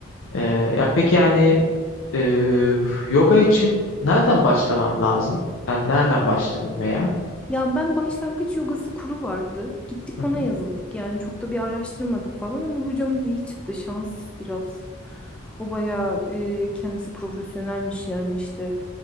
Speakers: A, on the left (about 75°); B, in the centre.
A: Ee, ya peki yani Ee, yoga için nereden başlamam lazım? Sen nereden başladın veya?
B: Ya ben başlangıç yogası kuru vardı. Gittik
A: Hı
B: ona
A: hı.
B: yazıldık. Yani çok da bir araştırmadık falan ama hocamız iyi çıktı. Şans biraz. O bayağı e, kendisi profesyonelmiş yani işte.